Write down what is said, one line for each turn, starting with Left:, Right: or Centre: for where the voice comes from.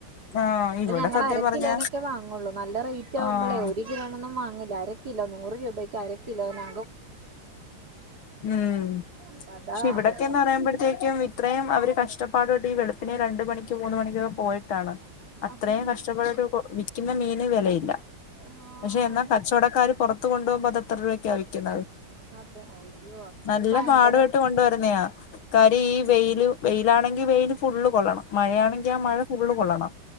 Left: ആഹ്
Right: ഇപ്പ
Left: ഇവിടെ
Right: ഞങ്ങള
Left: സത്യം
Right: അര കിലോനൊക്കെ
Left: പറഞ്ഞ
Right: വാങ്ങോള്ളൂ നല്ല റേറ്റ് ആവുമ്പളേ
Left: ആഹ്
Right: ഒരു കിലോനൊന്നും വാങ്ങ ല്ല അര കിലോ നൂറ് രൂപയ്ക്ക് അര കിലോനാ
Left: ഉം
Right: അപ്പ
Left: പക്ഷെ
Right: അതാ
Left: ഇവിടൊക്കെന്ന്
Right: അവസ്ഥ
Left: പറയുമ്പഴ്ത്തേക്കും ഇത്രയും അവര് കഷ് ഷ്ട്ടപ്പാട് പ്പെട്ട് ഈ വെളുപ്പിനെ രണ്ട് മണിക്ക് മൂന്ന് മണിക്കൊക്കെ പോയിട്ടാണ്. അത്രയും
Right: അതന്നെ
Left: കഷ്ടപ്പെട്ട്ട്ട് ക്ക്ന്ന മീന് വെലയില്ല.
Right: ആ
Left: പക്ഷെ എന്നാ കച്ചവടക്കാര് പുറ ത്ത് കൊണ്ട്പോവുമ്പ അതെത്ര രൂപക്കാ വിയ്ക്കുന്നത്.
Right: അതെ അയ്യോ അത്
Left: നല്ല
Right: ഭയങ്കര
Left: പാടുപെട്ട് കൊണ്ടുവരുന്നയാ കാര്യം
Right: ഉം
Left: ഈ വെയില് വെയിലാണെങ്കി വെയിൽ ഫുള്ള് കൊള്ളണം. മഴയാണെങ്കി
Right: ഉം
Left: ആ മഴ ഫു ള്ളും കൊള്ളണം.